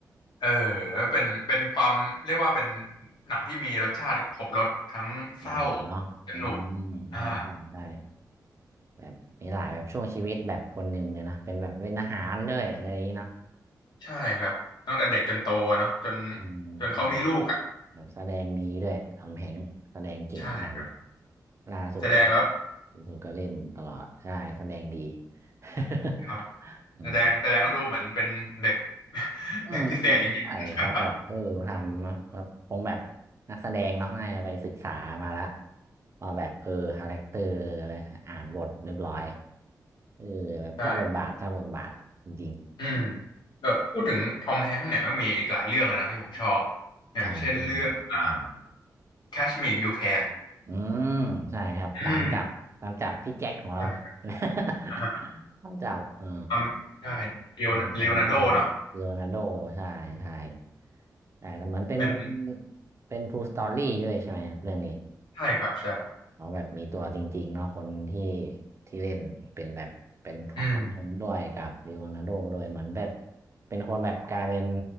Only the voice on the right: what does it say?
อ่าเนาะอืมใช่ใช่ใช่
แบบมีหลายแบบช่วงชีวิตแบบคนหนึ่งเลยนะเป็นแบบเป็นอาหารด้วยอะไรอย่างนี้เนาะ
อืมใช่
แบบแสดงดีด้วยทำแฮงค์แสดงเก่งมากเลย
ล่าสุดก็ล่าสุดก็เล่นตลอดใช่แสดงดี
<laughs>
อืม
อืมอืมใช่เขาแบบเออทำเนอะแบบคงแบบ
นักแสดงเนาะน่าจะไปศึกษามาละว่าแบบเออคาแรคเตอร์อะไรอ่านบทเรียบร้อยเออแบบเจ้าบทบาทเจ้าบทบาทจริง
ๆ <laughs>
ใช่เล่นหลายเรื่อง
อืมใช่ครับตามจับตามจับพี่แจ็คของเรา
<laughs>
ตามจับอ๋อ
เออสนุกสนุกเลโอนาร์โดใช่ใช่แต่แต่เหมือนเป็น
เป็น True Story ด้วยใช่ไหมครับเรื่องนี้
เอาแบบมีตัวจริงๆเนาะคนที่ที่เล่นเป็นแบบเป็นของทอมฮงด้วยกับลีโอนาร์โดด้วยเหมือนแบบ
เป็นคนแบบกลายเป็น